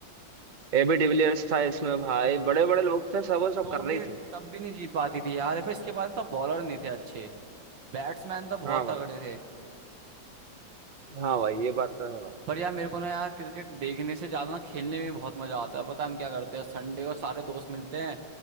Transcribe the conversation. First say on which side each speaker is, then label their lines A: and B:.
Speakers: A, on the right; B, on the right.
A: ए बी डिविलियर्स था इसमें भाई बड़े बड़े लोग थे सब वो सब
B: तो
A: कर रहे
B: फिर
A: ही थे
B: तब भी नहीं जीत पाती थी यार पर इसके बाद तब बॉलर नहीं थे अच्छे बैट्समैन तो बहुत
A: हाँ भाई
B: तगड़े थे
A: हाँ भाई ये बात तो है भाई
B: पर यार मेरे को ना यार क्रिकेट देखने से ज्यादा ना खेलने में बहुत मजा आता है पता है हम क्या करते हैं संडे को सारे दोस्त मिलते हैं